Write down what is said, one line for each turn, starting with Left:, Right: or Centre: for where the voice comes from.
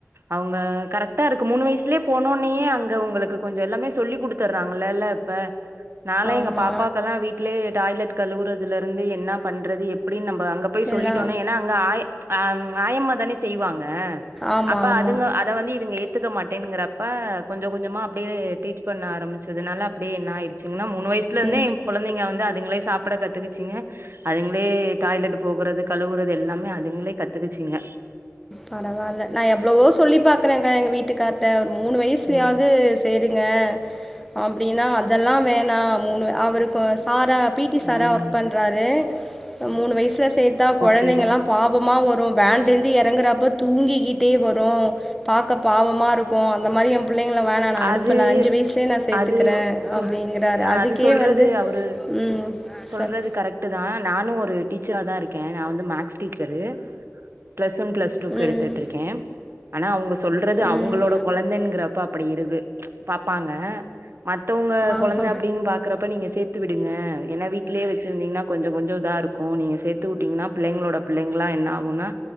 Right: அவங்க கரெக்டா இருக்கு மூணு வயசுலயே போனோனேயே அங்க உங்களுக்கு கொஞ்ச எல்லாமே சொல்லி் குடுத்துர்றாங்களல்ல இப்ப நால
Centre: ஆமா
Right: எங்க பாப்பாக்கெல்லா வீட்லேயே டாய்லெட் கழுவுறதுல இருந்து என்னா பண்றது எப்டின்னு நம்ப அங்க போய் சொல்லிட்டோன
Centre: எல்லா
Right: ஏன்னா அங்க அயா ம் ஆயம்மா தானே செய்வாங்க
Centre: ஆமா
Right: அப்ப
Centre: ஆமா
Right: அதுங்க அத வந்து இதுங்க ஏத்துக்க மாட்டேங்கிறப்ப கொஞ்ச கொஞ்சமா அப்டியே டீச் பண்ண ஆரம்பிச்சதுனால அப்டியே என்ன ஆயி சின்ன மூணு வயசுல இருந்தே
Centre: ம்
Right: என் கொழந்தைங்க வந்து அதுங்களே சாப்பிட கத்துக்கச்சிங்க அதுங்ளே டாய்லெட் போகுறது கழுவுறது எல்லாமே அதுங்களே கத்துக்குச்சிங்க
Centre: பரவால்ல நா எவ்ளவோ சொல்லி பாக்குறேங்கா எங்க வீட்டுக்கார்ட்ட ஒரு மூணு வயசுலயாவது
Right: ம்
Centre: சேருங்க அப்டின்னா அதெல்லா வேணா மூணு அவருக்கு சார பி டி சாரா
Right: ம்
Centre: ஒர்க் பண்றாரு மூணு வயசுல சேத்தா கொழந்தைங்கல்லா
Right: ஓகே
Centre: பாவமா வரு வேண்டந் து எறங்கறப்ப தூங்கிக்கிட்டே வரு பாக்க பாவமா இருக்கு அந்த மாரி எ பிள்ளைங்கள வேணா நா அனுப்பல
Right: அது
Centre: அஞ்சு வயசுலயே நா சேத்துக்கிறே
Right: அது சொ
Centre: அப்டிங்கிறாரு
Right: அ
Centre: அதுக்கே
Right: அது சொல்றது
Centre: வந்து
Right: அவரு
Centre: ம்
Right: சொல்றது
Centre: சொல்
Right: கரெக்ட்டுதா நானு ஒரு டீச்சராதா இருக்கே நா வந்து maths teacher plus one plus டூக்கு
Centre: ம்
Right: எடுத்துட்டு இருக்கே ஆனா அவங்க சொல்றது
Centre: ம்
Right: அவங்களோட கொழந்தைங்கிறப்ப அப்டி இருக்கு பாப்பாங்க மத்தவங்க
Centre: ஆஹா
Right: கொழந்த அப்டின்னு பா க்குறப்ப நீங்க சேத்து விடுங்க என்னா வீட்டிலேயே வச்சுருந்தீங்கன்னா கொஞ்ச கொஞ்ச இதா இருக்கு நீங்க சேத் து உட்டீங்கன்னா பிள்ளைங்களோட பிள்ளைங்களா என்ன ஆகுன்னா